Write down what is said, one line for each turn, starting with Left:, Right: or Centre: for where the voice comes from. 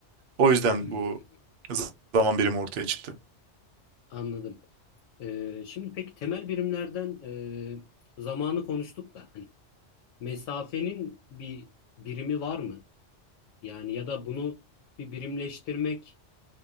Right: O yüzden
Left: Hmm,
Right: bu z- zaman birimi ortaya çıktı.
Left: anladım. E, şimdi peki temel birimlerden e, zamanı konuştuk da hani mesafenin bir birimi var mı? Yani ya da bunu bir birimleştirmek